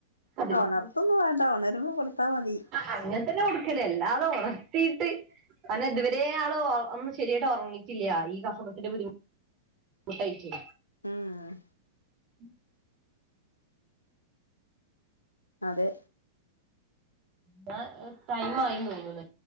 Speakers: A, on the right; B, on the left.
A: അധികം
B: ഒണർത്തൊന്നും വേണ്ട ഒണരുമ്പം കൊടുത്താ മതി.
A: അങ്ങന തന്നെ കൊടുക്കല് അല്ലാതെ ഉണർത്തിട്ട് അ ഇവ ദേ ആള് ഒന്ന് ശരിയായിട്ട് ഉറങ്ങിട്ടില്ല ഈ കഫകെട്ടിന്റെ ബുദ്ധിമു മുട്ടൈയ്ററ്.
B: ആഹ്
A: <inaudible>
B: അതെ.
A: ന്ന ടൈം ആയി തോന്ന്ണ്.